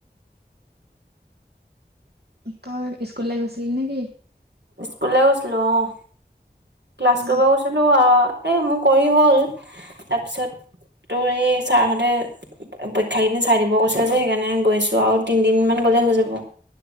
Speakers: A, on the right (about 65°); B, on the right (about 80°).
A: তই স্কুললে গৈছিলি নেকি?
B: স্কুললে গৈছিলো অ' ক্লাছ
A: অ
B: কৰিব গৈছিলো আও এই মোৰ কৰি হ'ল তাপিছত তোৰ এই ছাৰহঁতে পৰীক্ষা কেইদিন চাই দিব কৈছে যে সেইকাৰণে গৈছো। যোৱা আও তিনিদিনমান গ'লে হৈ যাব।